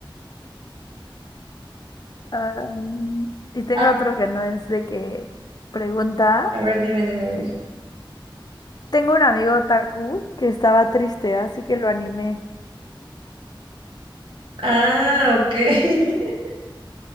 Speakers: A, on the left; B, on the right.
A: Am, y tengo
B: Ah,
A: otro que no es de que pregunta.
B: a ver, dime, dime, dime.
A: Tengo un amigo otaku que estaba triste, así que lo animé. <laughs>
B: Ah, ok. <laughs>